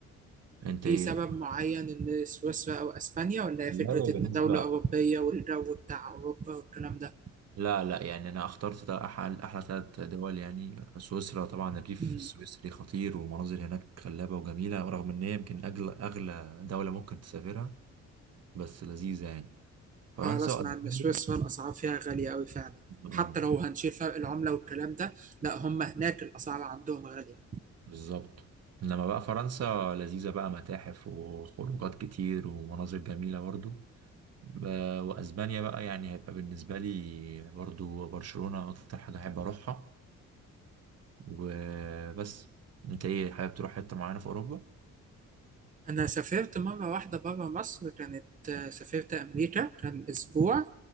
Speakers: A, on the right; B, on the right.
A: انت
B: في
A: ايه
B: سبب
A: بت-
B: معين ان سويسرا او اسبانيا ولا هي
A: والله
B: فكره
A: بالنسبة
B: ان دوله اوروبيه والجو بتاع اوروبا والكلام ده
A: لا لا يعني انا اخترت تا- احلى احلى ثلاث دول يعني سويسرا طبعا الريف
B: مم.
A: السويسري خطير والمناظر هناك خلابه وجميله رغم ان هي يمكن اغلى اغلى دوله ممكن تسافرها بس لذيذه يعني فرنسا
B: أنا أسمع
A: وألمانيا
B: إن سويسرا الأسعار فيها غالية أوي فعلا
A: آه،
B: حتى لو هنشيل فرق العملة والكلام ده لا هم هناك الأسعار عندهم غالية
A: بالظبط انما بقى فرنسا لذيذه بقى متاحف وخروجات كتير ومناظر جميله برضو ب- واسبانيا بقى يعني هيبقى بالنسبه لي برضو برشلونه اكتر حاجه احب اروحها وبس انت ايه حابب تروح حته معينه في اوروبا
B: أنا سافرت مرة واحدة برا مصر كانت آه، سافرت أمريكا كان أسبوع